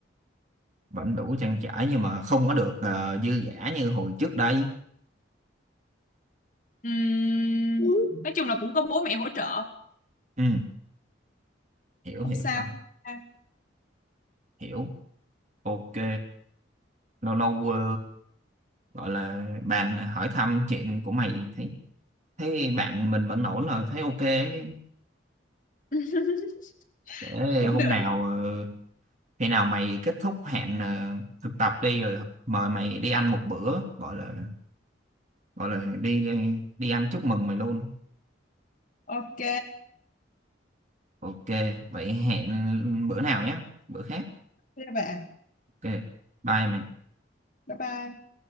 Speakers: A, on the right; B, on the left.
A: vẫn đủ trang trải nhưng mà không có được ờ, dư dả như hồi trước đây
B: Ừm, nói chung là cũng có bố mẹ hỗ trợ,
A: Ừ, hiểu
B: không
A: hiểu
B: sao.
A: rồi,
B: À,
A: hiểu. Ok, lâu lâu ờ, gọi là bạn hỏi thăm chuyện của mày thấy thấy bạn mình vẫn ổn rồi, thấy ok ấy chứ.
B: <laughs>
A: Để
B: cũng
A: hôm
B: được
A: nào ờ, khi nào mày kết thúc hẹn ờ, thực tập đi rồi mời mày đi ăn một bữa, gọi là gọi là đi đi, đi ăn chúc mừng mày luôn.
B: ok
A: Ok, vậy hẹn bữa nào nhé, bữa khác.
B: thế bà
A: Ok. Bye mày.
B: bye bye